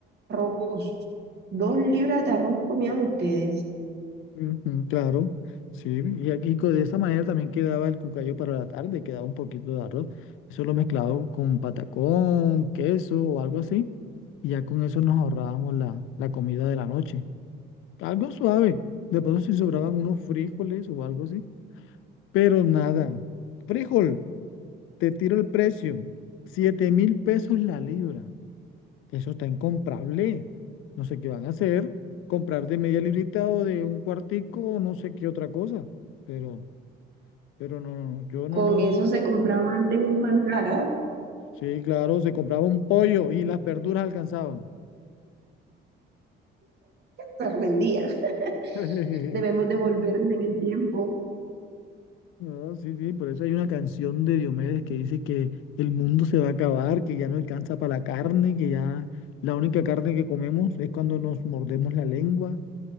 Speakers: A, on the right; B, on the left.
A: arroz. Dos libras de arroz comían ustedes.
B: ujú, claro, sí, y aquí co- de esa manera también quedaba el cucayo para la tarde, quedaba un poquito de arroz, eso lo mezclado con patacón, queso o algo así, y ya con eso nos ahorrábamos la, la comida de la noche, algo suave, de pronto si sobraban unos frijoles o algo así, pero nada, frijol, te tiro el precio, siete mil pesos la libra, Eso está incomprable. No sé qué van a hacer. Comprar de media librita o de un cuartico o no sé qué otra cosa. Pero, pero no, no, no, yo no
A: Con
B: lo.
A: eso se compraba antes un manjar, ¿ah?
B: Sí, claro, se compraba un pollo y las verduras alcanzaban.
A: se rendía.
B: <laughs>
A: <laughs> Debemos devolvernos en el tiempo.
B: No, sí, sí, por eso hay una canción de Diomedes que dice que el mundo se va a acabar, que ya no alcanza para la carne, que ya la única carne que comemos es cuando nos mordemos la lengua.